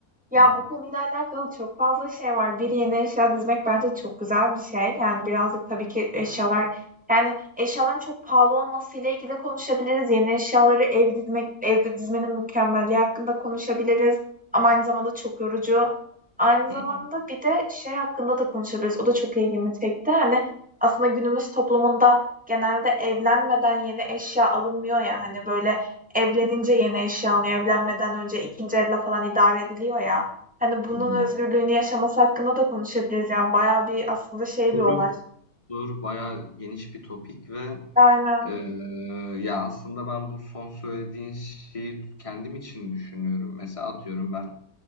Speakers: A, in the centre; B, on the left.
A: Ya
B: Hı hı.
A: bu konuyla alakalı çok fazla şey var. Bir yeni eşya dizmek bence çok güzel bir şey. Yani birazcık tabii ki eşyalar yani eşyaların çok pahalı olmasıyla ilgili de konuşabiliriz. Yeni eşyaları ev dizmek, evde dizmenin mükemmelliği hakkında konuşabiliriz. Ama aynı zamanda çok yorucu. Aynı zamanda
B: <laughs>
A: bir de şey hakkında da konuşabiliriz. O da çok ilgimi çekti. Hani aslında günümüz toplumunda genelde evlenmeden yeni eşya alınmıyor
B: Hı hı.
A: ya. Hani böyle Evlenince yeni eşya alınıyor. Evlenmeden önce 2. elle falan idare ediliyor ya. Hani bunun
B: Hı hı.
A: özgürlüğünü yaşaması hakkında da konuşabiliriz. Yani bayağı bir aslında şey
B: Soru,
A: bir olay.
B: soru bayağı geniş bir topik ve
A: Aynen.
B: eee, ya aslında ben bu son söylediğin şeyi kendim için düşünüyorum. Mesela atıyorum ben